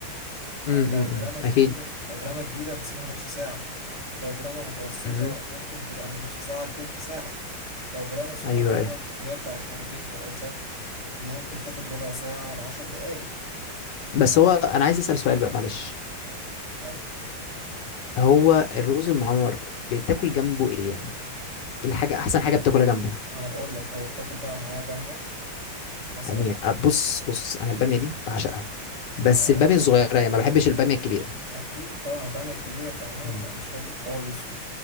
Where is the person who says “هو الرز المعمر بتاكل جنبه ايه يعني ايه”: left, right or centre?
Left